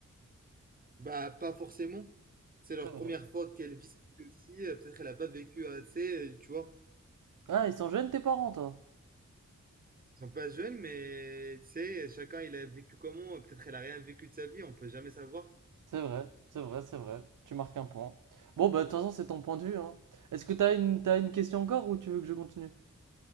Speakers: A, on the right; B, on the right.
A: Bah, pas forcément. C'est leur
B: C'est vrai.
A: première fois qu'elles vivent ceci. euh, Peut-être qu'elle n'a pas vécu assez, euh, tu vois.
B: Ah, ils sont jeunes tes parents, toi.
A: Ils sont pas jeunes, mais tu sais, chacun il a vécu comment. euh, Peut-être elle a rien vécu de sa vie, on peut jamais savoir.
B: C'est vrai, c'est vrai, c'est vrai. Tu marques un point. Bon, bah de toute façon, c'est ton point de vue, hein. Est-ce que t'as une, t'as une question encore ou tu veux que je continue?